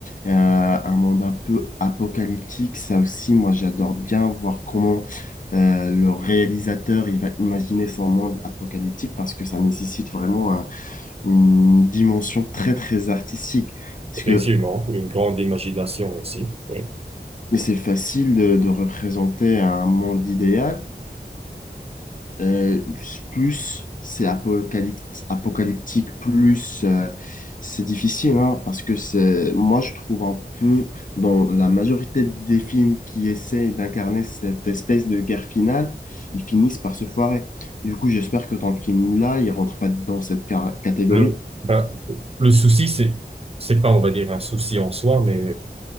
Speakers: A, on the left; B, on the right.
A: euh, un monde un peu apocalyptique. Ça aussi, moi, j'adore bien voir comment euh, le réalisateur il va imaginer son monde apocalyptique parce que ça nécessite vraiment un- une dimension très, très artistique. Parce
B: Effectivement,
A: que
B: une grande imagination aussi. Oui.
A: mais c'est facile de, de représenter un monde idéal. Euh, plus c'est apocalypt- apocalyptique, plus euh, c'est difficile, hein, parce que c'est, moi je trouve un peu dans la majorité des films qui essayent d'incarner cette espèce de guerre finale, ils finissent par se foirer. Du coup, j'espère que ton film-là, il rentre pas dans cette ca- catégorie.
B: Le, ben, le souci, c'est, c'est pas, on va dire, un souci en soi, mais